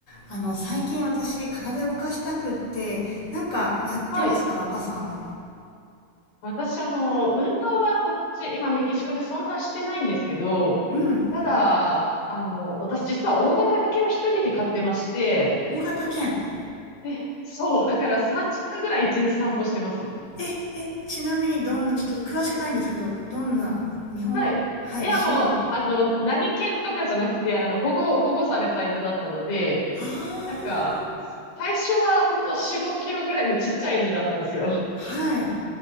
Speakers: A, on the left (about 20°); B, on the left (about 70°).
A: あの、最近私、体動かしたくって、なんかやってますか、
B: はい。
A: 若さ
B: 私、あの、運動はこっち、今メキシコでそんなしてないんですけど、
A: ん。うん。
B: ただ、あの、私実は大型犬を一人で飼ってまして、
A: 大型犬。
B: で、そう、だから3時間ぐらい一日散歩してます。
A: え、え、え、ちなみにどんな、ちょっと詳しくないんですけど、どんな、日本、
B: はい。
A: はい、
B: いや、
A: 種類。
B: もう、あの、何犬とかじゃなくて、あの、保護、保護された犬だったので、
A: ああ、
B: なんか、最初は本当4、5キロぐらいのちっちゃい犬だったんですよ。
A: はい。